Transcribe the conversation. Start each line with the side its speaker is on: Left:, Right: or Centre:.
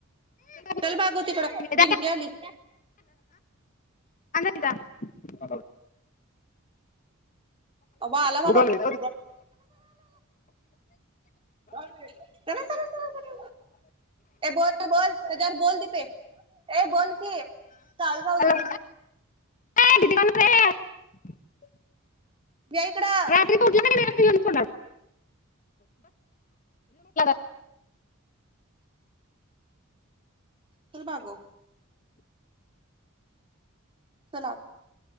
Left: ए,
Right: चल बाबु तिकडं
Left: दादा
Right: बिंकी आली.
Left: अलाय का? आला
Right: अ बा आला बाबा
Left: उघड
Right: <unintelligible>
Left: रे.
Right: <unintelligible> चला-चला-चला-चला ए बोल -बोल तुझ्यावर बोल तीथे ए बोल की चालू झालं
Left: हॅलो
Right: बोल.
Left: ए, <unintelligible>
Right: या इकडं
Left: रात्रीत उठल्या की नाही? तुला <unintelligible>
Right: <inaudible> चलभागो चला